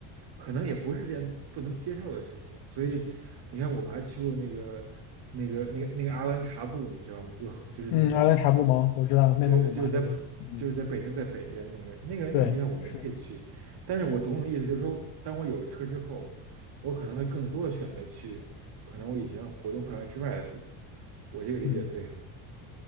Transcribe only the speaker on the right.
可能也不是件不能接受的事情。所以你看，我们还去过那个、那个、那个、那个阿兰察布，你知道吗？就就是那个，
就就是在
就是在北京在北边那个那个那种地方，
我们也可以去。
但是我懂你的意思，就是说，当我有车之后，我可能会更多的选择去可能我以前活动范围之外的地方。我这个理解对吗？